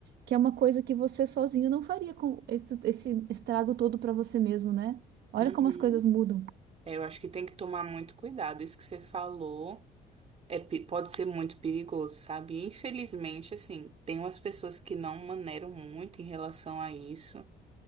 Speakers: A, on the right (about 70°); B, on the right (about 40°).
A: que é uma coisa que você sozinho não faria com esse, esse estrago todo para você mesmo, né? Olha
B: Uhum.
A: como as coisas mudam.
B: É, eu acho que tem que tomar muito cuidado. Isso que você falou é, pe- pode ser muito perigoso, sabe? Infelizmente, assim, tem umas pessoas que não maneiram muito em relação a isso.